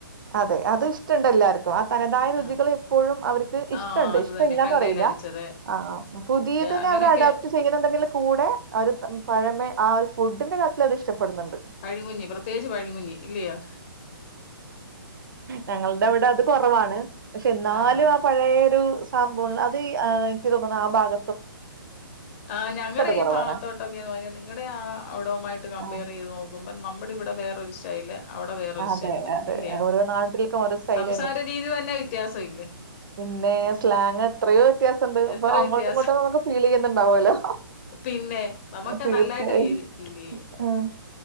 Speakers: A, on the right (about 60°); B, on the left (about 35°).
A: അതെ അത് ഇഷ്ടണ്ട് എല്ലാർക്കും തനതായ രുചികൾ
B: ആ
A: എപ്പോഴും അവർക്ക് ഇഷ്ടണ്ട്
B: ആഹ് അത്
A: ഇഷ്ടല്ലാന്ന്
B: തന്നെ കല്ലേലരച്ചത്
A: പറയില്ല. ആഹ് പുതിയതന്നെ
B: അങ്ങനെയൊക്കെ
A: അവര് അഡാപ്റ്റ് ചെയ്യ്ണുണ്ടെങ്കിൽ കൂടെ അവര് പഴമേ ആ ഒരു ഫുഡിന്റെ കാര്യത്തിൽ അവര് ഇഷ്ടപ്പെടുന്നുണ്ട്.
B: പഴിങ്ങുഞ്ഞി പ്രത്യേകിച്ച് പഴിങ്ങുഞ്ഞി ഇല്ലയോ
A: ഞങ്ങൾടെ അവടെ അത് കുറവാണ് പക്ഷെ എന്നാലും
B: ആഹ്
A: ആ പഴയൊരു സാംഭവങ്ങൾ അത് എനിക്ക് തോന്നുണു ആ ഭാഗ
B: ആഹ് ഞങ്ങടെ
A: കുറവാണ്.
B: ഈ ഭാഗത്തോട്ടൊക്കെന്ന് പറഞ്ഞാ നിങ്ങടെ ആ അവിടവുമായിട്ട് കമ്പയർ
A: ആ,
B: ചെയ്ത് നോ ക്കുമ്പം നമ്മടെ ഇവിടെ വേറൊരു സ്റ്റൈല് അവിടെ വേറൊരു
A: ആ, അതെ.
B: സ്റ്റൈല് ഇല്ലയോ?
A: ഓരോ നാട്ടിൽക്കും ഓരോ സ്റ്റൈൽ
B: സംസാര രീതി തന്നെ വ്യത്യാസവില്ലേ
A: പിന്നേ. സ്ലാങ് എത്രയോ വ്യത്യാസംണ്ട്.
B: എത്ര
A: പ്പൊ അങ്ങോട്ടും
B: വ്യത്യാസം
A: ഇങ്ങോട്ടും നമുക്ക് ഫീൽ ചെയ്യുന്നുണ്ടാവുമല്ലോ
B: പിന്നെ നമുക്ക്
A: തീർച്ചയായും
B: നല്ലായിട്ട് ഫീൽ ചെയ്യും
A: ഉം